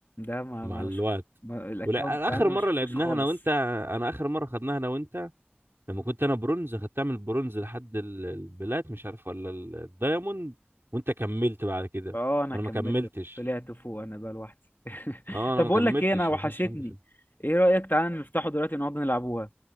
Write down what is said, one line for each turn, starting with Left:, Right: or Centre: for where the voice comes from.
Left: ده ما
Right: مع
Left: ما
Right: الوقت
Left: شوف ما الاكونت
Right: ولا اخر
Left: عندي
Right: مره
Left: ما شوفوش
Right: لعبناها
Left: خالص
Right: انا وانت انا اخر مره خدناها انا وانت لما كنت انا برونز خدتها من البرونز لحد ال- البلات مش عارف ولا ال- الدايموند وانت كملت بعد كده
Left: اه انا
Right: انا
Left: كملت
Right: ما كملتش
Left: طلعت فوق انا بقى لوحدي <laughs>
Right: اه انا
Left: طب
Right: ما
Left: بقول
Right: كملتش
Left: لك ايه انا وحشتني
Right: ما كانش عندي فيلم
Left: ايه رايك تعالى نفتحه دلوقتي نقعد نلعبوها